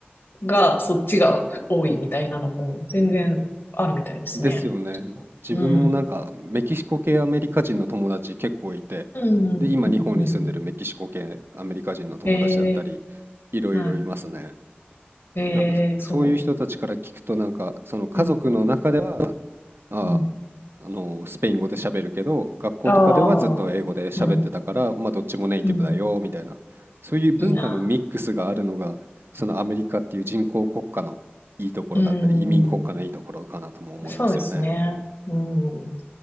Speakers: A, on the left; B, on the right.
A: う。が、そっちが多いみたいなのも全然あるみたいですね。
B: ですよね。自分もなんかメキシコ系アメリカ人の友達結構いて、
A: うん。うん、
B: で、今日本に住んでるメキシコ系アメリカ人の友達だったり、
A: うん、うん、うん。うんえ
B: いろいろいますね。
A: ー、はい。えー、
B: なんかそういう人たちから聞くとなんかその家族の中では、
A: そう。うん、
B: あ、
A: うん。
B: あのスペイン語で喋るけど学校とかではずっと英語で喋ってたからまあどっちもネイティブだよみたいなそういう文化のミックスがあるのがそのアメリカっていう人工国家のいいところだったり移民国家のいいところかなとも思いますよね。
A: ああ、うん、うん。いいな。うん。そうですね。うん。